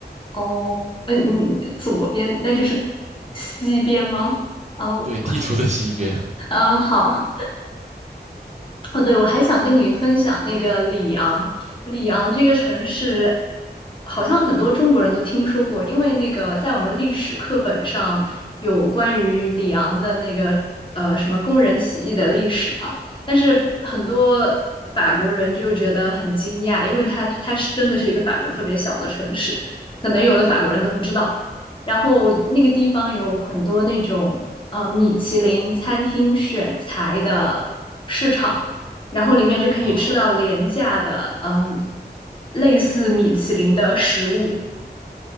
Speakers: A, on the left (about 30°); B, on the right (about 40°).
A: 哦，嗯嗯，你左边那就是西边吗？哦，
B: 对，地图的西边。
A: 嗯，好。哦，对，我还想跟你分享那个里昂，里昂这个城市，好像很多中国人都听说过，因为那个在我们历史课本上有关于里昂的那个呃什么工人起义的历史嘛，但是很多法国人就觉得很惊讶，因为它它是真的是一个法国特别小的城市，可能有的法国人都不知道。
B: <laughs> 嗯
A: 然后那个地方有很多那种呃米其林餐厅选材的市场。然后里面就可以吃到廉价的，
B: 啊
A: 嗯、类似米其林的食物。